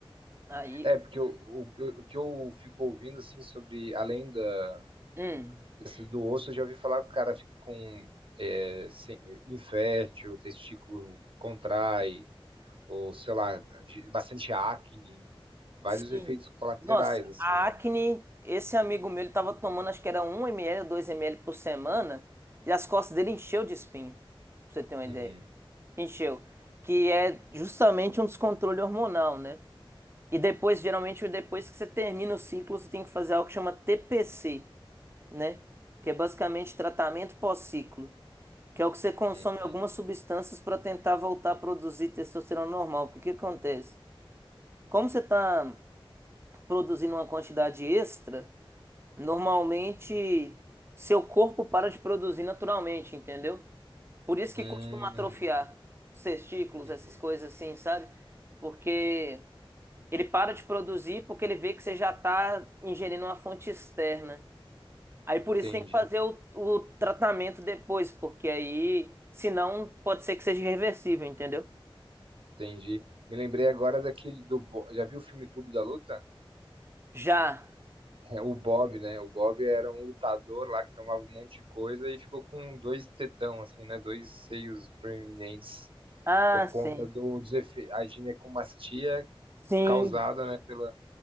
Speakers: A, on the right; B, on the right.
A: Aí,
B: É, porque o, o, o que eu fico ouvindo assim sobre além da
A: hum,
B: Essa do osso eu já ouvi falar que o cara fica com é, sem- infértil, o testículo contrai, ou sei lá, de- bastante acne, vários
A: sim.
B: efeitos colaterais,
A: Nossa,
B: assim,
A: a
B: né?
A: acne, esse amigo meu, ele tava tomando, acho que era um ml, ou 2 ml por semana, e as costas dele encheu de espinha, pra você ter uma
B: Uhum,
A: ideia. Encheu. Que é justamente um descontrole hormonal, né? E depois, geralmente, depois que você termina o ciclo, você tem que fazer algo que chama TPC, né? Que é basicamente tratamento pós-ciclo, que é o que você consome
B: uhum.
A: algumas substâncias para tentar voltar a produzir testosterona normal. Porque o que acontece? Como você está produzindo uma quantidade extra, normalmente seu corpo para de produzir naturalmente, entendeu? Por isso que
B: Hum,
A: costuma atrofiar os testículos,
B: uhum.
A: essas coisas assim, sabe? Porque Ele para de produzir porque ele vê que você já está ingerindo uma fonte externa. Aí por
B: Entendi,
A: isso tem que fazer o, o tratamento depois, porque aí, senão, pode ser que seja irreversível, entendeu?
B: entendi. Me lembrei agora daquele do. Bo- Já viu o filme Clube da Luta?
A: Já.
B: É, o Bob, né? O Bob era um lutador lá que tomava um monte de coisa e ficou com dois tetão, assim, né? Dois seios proeminentes.
A: Ah,
B: por
A: sim.
B: conta do desefe- a ginecomastia
A: Sim,
B: causada, né, pela